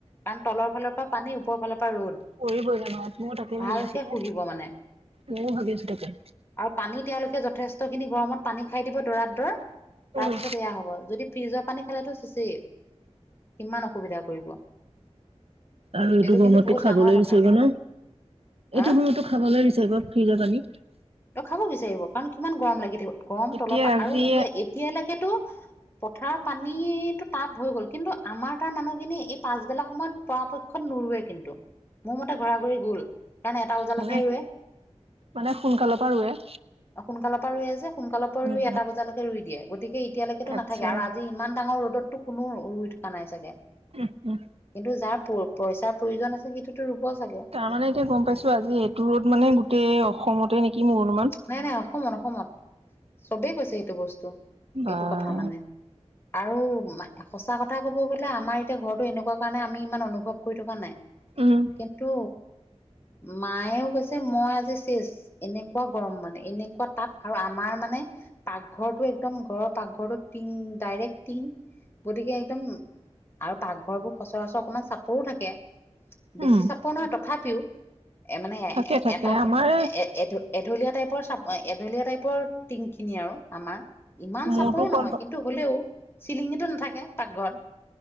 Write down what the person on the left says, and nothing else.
কাৰণ তলৰ ফালৰ পৰা পানী ওপৰ ফালৰ পৰা ৰ'দ।
ভালকে
শুহিব মানে
আৰু পানী তেওঁলোকে যথেষ্ট খিনি গৰমত পানী খাই দিব দৰাত দৰ
তাৰ পিছত এয়া হ'ব। যদি ফ্ৰিজৰ পানী খালেতো শেষেই কিমান অসুবিধা কৰিব।
এইটো
কিন্তু বহুত
ডাঙৰ কথা।
আহ
ত খাব বিচাৰিব কাৰণ কিমান গৰম লাগি থাকিব। গৰম
তলৰ পৰা
আৰু এতিয়া এতিয়ালৈকেতো পথাৰৰ পানী তাপ হৈ গ'ল কিন্তু আমাৰ তাৰ মানুহখিনি এই পাছবেলা সময়ত পৰাপক্ষত নুৰুৱে কিন্তু। মোৰ মতে ঘৰা-ঘৰি গ'ল। কাৰণ এটা বজালৈকে
ৰুৱে
অ সোনকালৰ পৰা ৰুৱে যে, সোনকালৰ পৰা
ৰুই এটা বজালৈকে ৰুই দিয়ে গতিকে এতিয়ালৈকেতো নাথাকে
আৰু আজি ইমান ডাঙৰ ৰ'দতো কোনো ৰুই থকা নাই চাগে।
কিন্তু যাৰ প-পইচাৰ প্ৰয়োজন আছে সি টোতো ৰুব চাগে।
নাই নাই অসমত অসমত, চবেই কৈছে এইটো বস্তু
এইটো কথা মানে। আৰু সঁচা কথা ক'ব গ'লে আমাৰ এতিয়া ঘৰটো এনেকুৱা কাৰণে আমি ইমান অনুভৱ কৰি থকা নাই।
কিন্তু মায়েও কৈছে মই আজি শেষ এনে কুৱা গৰম মানে এনেকুৱা তাপ আৰু আমাৰ মানে পাকঘৰটো একদম ঘৰৰ পাকঘৰটো টিং ডাইৰেক্ট টিং গতিকে একদম আৰু পাকঘৰবোৰ সচৰাচৰ অকণমান চাপৰো থাকে। বেছি
চাপৰ নহয় তথাপিও এ মানে
এটা এ
এড-এঢলীয়া টাইপৰ চাপ এঢলীয়া টাইপৰ টিংখিনি আৰু আমাৰ। ইমান
চাপৰো
নহয় কিন্তু হ'লেও চিলিঙিতো নাথাকে পাকঘৰত।